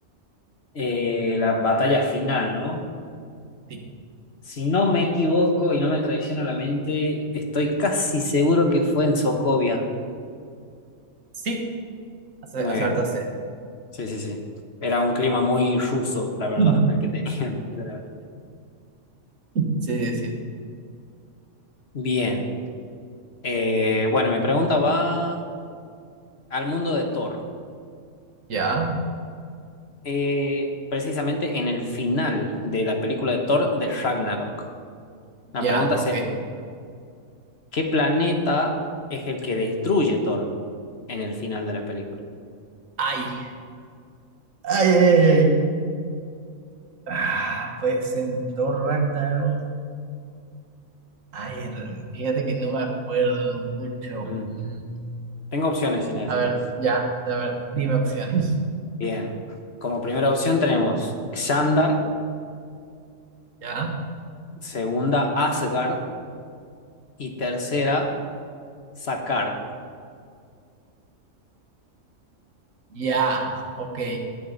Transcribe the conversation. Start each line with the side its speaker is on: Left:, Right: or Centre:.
Left: Eh, la batalla final, ¿no?
Right: Sí,
Left: Si no me equivoco y no me traiciona la mente, estoy casi seguro que fue en Sokovia.
Right: sí, ace-
Left: Muy
Right: acertaste.
Left: bien. Sí, sí, sí. Era un clima muy ruso, la verdad,
Right: <clears throat>
Left: el que tenían. <laughs>
Right: Sí, sí, sí.
Left: Bien. Eh, bueno, mi pregunta va al mundo de Thor.
Right: Ya,
Left: eh, precisamente en el final de la película de Thor de Ragnarok. La
Right: ya,
Left: pregunta
Right: ok.
Left: sería, ¿qué planeta es el que destruye Thor en el final de la película?
Right: Ay, ay, ay, ay. Ah, pues en Thor Ragnarok. Ay, r- fíjate que no me acuerdo mucho.
Left: Mm.
Right: Mm,
Left: Tengo opciones si necesitas.
Right: A ver, ya, a ver, dime opciones.
Left: Bien. Como primera opción tenemos Xandar,
Right: <laughs> Ya,
Left: segunda Asgard y tercera Sakaar.
Right: ya, ok.